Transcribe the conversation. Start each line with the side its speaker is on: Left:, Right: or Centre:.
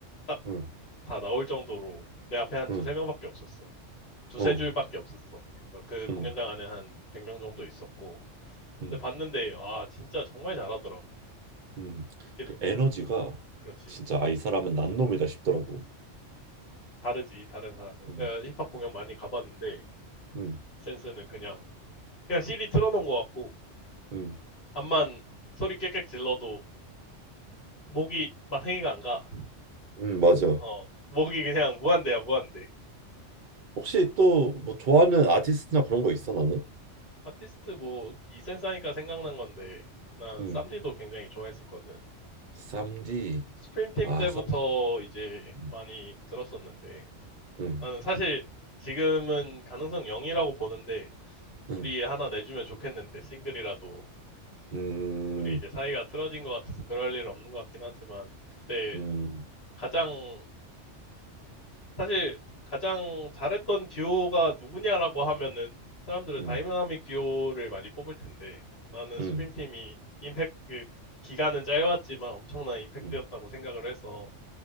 Left: 딱
Right: 응,
Left: 다 나올 정도로 내 앞에 한 두세
Right: 응,
Left: 명밖에 없었어. 두세
Right: 어,
Left: 줄밖에 없었어. 그래서 그 공연장
Right: 응,
Left: 안에 한 100명 정도 있었고.
Right: 응,
Left: 근데 봤는데, 아, 진짜 정말 잘하더라고.
Right: 응.
Left: 이게
Right: 그 에너지가
Left: 그렇지.
Right: 진짜 아 이 사람은 난놈이다 싶더라고.
Left: 다르지, 다른 사람들.
Right: 응,
Left: 내가 힙합 공연 많이 가봤는데,
Right: 응,
Left: 이 센스는 그냥, 그냥 CD 틀어놓은 것 같고,
Right: 응.
Left: 암만 소리 깨끗 질러도 목이 마탱이가 안 가.
Right: 음, 맞아.
Left: 어, 목이 그냥 무한대야, 무한대.
Right: 혹시 또 뭐 좋아하는 아티스트나 그런 거 있어, 너는?
Left: 아티스트 뭐 이센스 하니까 생각난 건데 난
Right: 음,
Left: 쌈디도 굉장히 좋아했었거든.
Right: 3디
Left: 스프림팀
Right: 아,
Left: 때부터
Right: 3디
Left: 이제
Right: 음,
Left: 많이 들었었는데
Right: 음,
Left: 나는 사실 지금은 가능성 0이라고 보는데 둘이
Right: 음,
Left: 하나 내주면 좋겠는데 싱글이라도
Right: 음,
Left: 둘이 이제 사이가 틀어진 것 같아서 그럴 일 없는 것 같긴 하지만 그때
Right: 음,
Left: 가장 사실 가장 잘했던 듀오가 누구냐라고 하면은 사람들은
Right: 음,
Left: 다이나믹 듀오를 많이 뽑을 텐데 나는 스프림팀이
Right: 음,
Left: 임팩트 그 기간은 짧았지만 엄청난 임팩트였다고
Right: 음,
Left: 생각을 해서